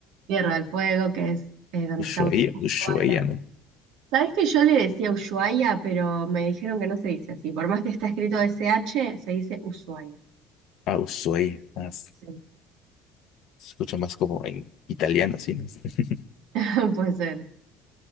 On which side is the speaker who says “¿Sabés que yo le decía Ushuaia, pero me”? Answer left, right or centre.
Right